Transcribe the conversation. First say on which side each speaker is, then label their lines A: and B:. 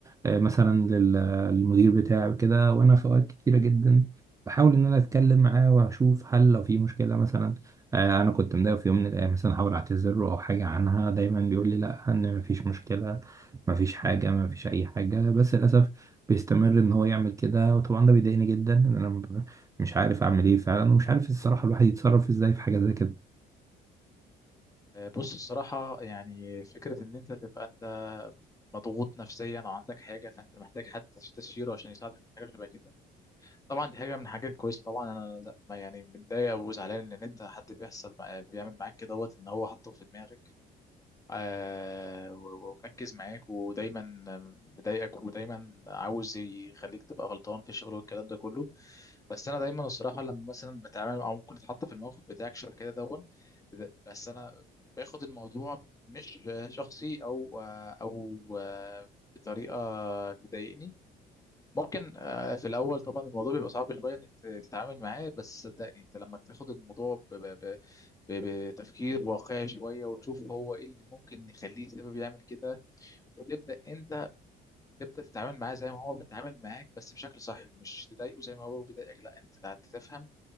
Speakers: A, on the right; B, on the left.
A: آه، مثلا لل- للمدير بتاعي كده وأنا في أوقات كتيرة جدا بحاول إن أنا أتكلم معاه وأشوف هل لو في مشكلة مثلا آه، أنا كنت مضايق في يوم من الأيام مثلا أحاول أعتذر له أو حاجة عنها دايما بيقول لي لأ إن مفيش مشكلة مفيش حاجة مفيش أي حاجة بس للأسف بيستمر إن هو يعمل كده وطبعا ده بيضايقني جدا إن أنا ب- مش عارف أعمل إيه فعلا ومش عارف الصراحة الواحد يتصرف إزاي في حاجة زي كده
B: آه، بص الصراحه يعني فكره ان انت تبقى انت مضغوط نفسيا او عندك حاجه فانت محتاج حد تستشيره عشان يساعدك في حاجه شبه كده طبعا دي حاجه من الحاجات الكويسه طبعا انا لا ما يعني متضايق وزعلان ان انت حد بيحصل بقى- بيعمل معاك كده دوت ان هو حاطه في دماغك آه، و- ومركز معاك ودايما مضايقك ودايما عاوز يخليك تبقى غلطان في الشغل والكلام ده كله بس انا دايما الصراحه لما مثلا بتعامل او ممكن اتحط في الموقف بتاعك شبه كده دون بس انا باخد الموضوع مش شخصي او او بطريقه تضايقني ممكن آه، في الاول طبعا الموضوع بيبقى صعب شويه انك ت- تتعامل معاه بس صدقني انت لما تاخد الموضوع ب- ب- ب- ب- بتفكير واقعي شويه وتشوف هو ايه اللي ممكن يخليه سبب يعمل كده وتبدا انت تبدا تتعامل معاه زي ما هو بيتعامل معاك بس بشكل صح مش تضايقه زي ما هو بيضايقك لا انت تع- تفهم